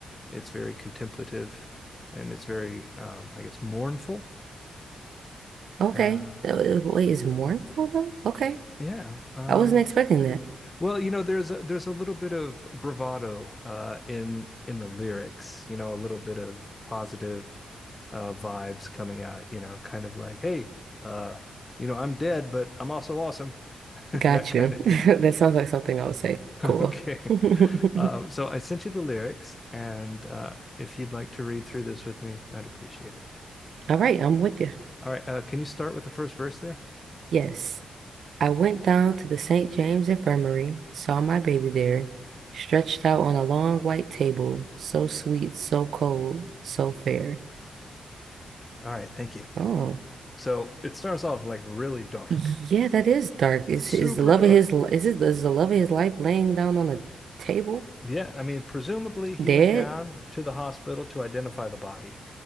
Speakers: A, on the left; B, on the right.
A: it's very contemplative, and it's very, um, I guess, mournful.
B: Okay.
A: Uh,
B: Uh, uh, Wait, is mournful though? Okay.
A: yeah. Um,
B: I wasn't expecting that.
A: well, you know, there's a, there's a little bit of bravado uh, in in the lyrics. You know, a little bit of positive uh, vibes coming out. You know, kind of like, hey, uh, you know, I'm dead, but I'm also awesome, <laughs> that
B: Got
A: kind
B: you.
A: of thing.
B: <laughs>
A: <laughs>
B: That sounds like something I would say. Cool.
A: Okay.
B: <laughs>
A: Um, so I sent you the lyrics, and uh, if you'd like to read through this with me, I'd appreciate it.
B: All right, I'm with you.
A: All right. Uh, can you start with the first verse there?
B: Yes. I went down to the St. James Infirmary, saw my baby there, stretched out on a long white table, so sweet, so cold, so fair.
A: All right, thank you.
B: Oh.
A: So it starts off like really dark.
B: Yeah, that is dark. Is
A: It's super
B: is the love
A: dark.
B: of his li- is the love of his life laying down on the table?
A: Yeah, I mean, presumably he
B: Dead?
A: went down to the hospital to identify the body.